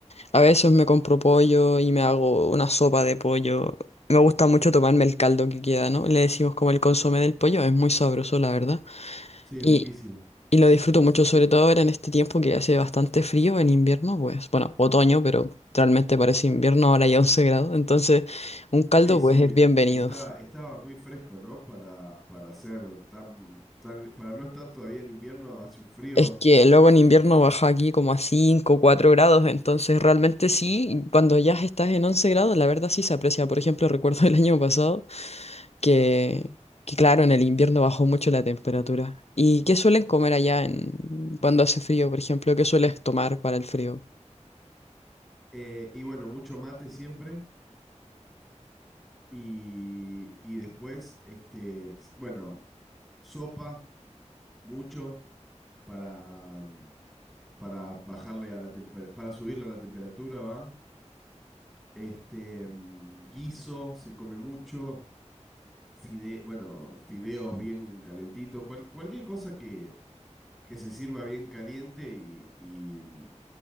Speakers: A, on the left; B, in the centre.
A: A veces me compro pollo y me hago una sopa de pollo. Me gusta mucho tomarme el caldo que queda, ¿no? Le decimos como el consomé del pollo, es muy sabroso, la verdad.
B: Sí,
A: Y,
B: riquísimo.
A: y lo disfruto mucho, sobre todo ahora en este tiempo que hace bastante frío en invierno, pues, bueno, otoño, pero realmente parece invierno, ahora hay 11 grados, entonces un caldo
B: Sí, sí,
A: pues es bienvenido.
B: está, estaba muy fresco, ¿no? Para, para ser tan, tan, para no estar todavía en invierno, hace un frío.
A: Es que luego en invierno baja aquí como a 5, 4 grados, entonces realmente sí, cuando ya estás en 11 grados, la verdad sí se aprecia. Por ejemplo, <laughs> recuerdo el año pasado. que, que claro, en el invierno bajó mucho la temperatura. ¿Y qué suelen comer allá en, cuando hace frío, por ejemplo? ¿Qué sueles tomar para el frío?
B: eh, y bueno, mucho mate siempre. Y, y después, este, s- bueno, sopa, mucho, para, mm, para bajarle a la temperatura, para subirle a la temperatura, ¿va? Este, mm, guiso, se come mucho. Fide, bueno, fideos bien calentitos, cual- cualquier cosa que, que se sirva bien caliente y, y, mm,